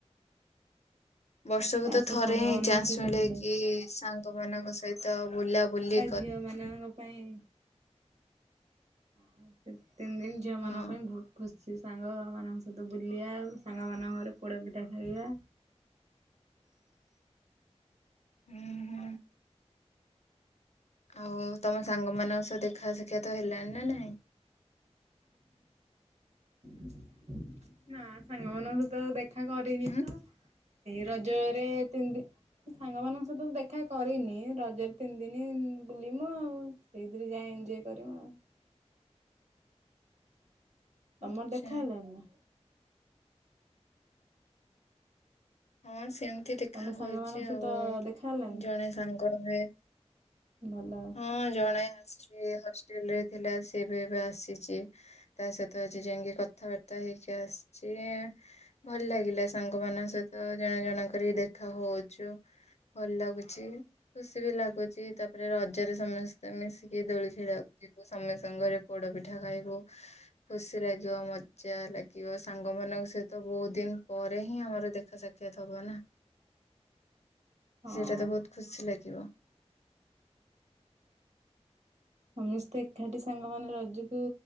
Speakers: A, on the left; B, on the right.
A: ବର୍ଷକୁ
B: ତା
A: ତ
B: ସହ
A: ଥରେ
B: ସାଙ୍ଗମାନଙ୍କ
A: ହିଁ ଚାନ୍ସ
B: ସହିତ
A: ମିଳେ
B: ବୁଲେ
A: କି ସାଙ୍ଗ ମାନଙ୍କ ସହିତ ବୁଲା ବୁଲି
B: ଝିଅମାନଙ୍କ ପାଇଁ ହଁ ସେତେ ଦିନ ଝିଅମାନଙ୍କ
A: ହଁ
B: ପାଇଁ ବହୁତ ଖୁସି। ସେ ସାଙ୍ଗମାନଙ୍କ ସହିତ ବୁଲିବା ସାଙ୍ଗମାନଙ୍କ ଘରେ ପୋଡା ପିଠା ଖାଇବା।
A: ହୁଁ ହୁଁ। ଆଉ ତମ ସାଙ୍ଗମାନଙ୍କ ସହ ଦେଖା ସଖ୍ୟାତ ହେଲାଣି ନା ନାଇଁ?
B: ନା ସାଙ୍ଗମାନଙ୍କ ତ ଦେଖା କରିନି
A: ହୁଁ
B: ତ। ସେଇ ରଜରେ ତିନି ଦି ସାଙ୍ଗମାନଙ୍କ ସହିତ ଦେଖା କରିନି ରଜରେ ତିନି ଦିନ ବୁଲିବୁ ଆଉ। ସେଇଥିରେ ଯାଏ ଏଞ୍ଜୟ କରିମୁ ଆଉ। ତମର
A: ଆଚ୍ଛା
B: ଦେଖା ହେଲାଣି ନା?
A: ହଁ ସେମିତି ଦେଖା
B: ତମେ
A: ହଉଚି
B: ସାଙ୍ଗମାନଙ୍କ ସହିତ
A: ଆଉ।
B: ଦେଖା ହେଲାନି
A: ଜଣେ ସାଙ୍ଗ ହୁଏ।
B: ଭଲ ଆଉ।
A: ହଁ ଜଣେ ଆସିଚ ହଷ୍ଟେଲ ରେ ଥିଲା ସେ ଏବେ ଏବେ ଆସିଚି। ତା ସହିତ ଆଜି ଯାଇକି କଥାବାର୍ତ୍ତା ହେଇକି ଆସିଚ। ଭଲ ଲାଗିଲା ସାଙ୍ଗ ମାନାନଙ୍କ ସହିତ ଜଣେ ଜଣ କରି ଦେଖା ହଉଚୁ। ଭଲ ଲାଗୁଛି ଖୁସି ବି ଲାଗୁଛି ତାପରେ ର ଜରେ ସମସ୍ତେ ମିଶିକି ଦୋଳି ଖେଳିବାକୁ ଯିବୁ ସମସ୍ତଙ୍କ ଘରେ ପୋଡପିଠା ଖାଇବୁ। ଖୁସି ଲାଗିବ ମଜା ଲାଗିବ ସାଙ୍ଗମାନଙ୍କ ସହିତ ବହୁତ୍ ଦିନ ପରେ ହିଁ ଆମର ଦେଖା ସା କ୍ଷାତ ହବନା
B: ହଁ।
A: ସେଇଟା ତ ବହୁତ ଖୁସି ଲାଗିବ।
B: ସମିସ୍ତେ ଏକାଠି ସାଙ୍ଗମାନେ ରଜୁକୁ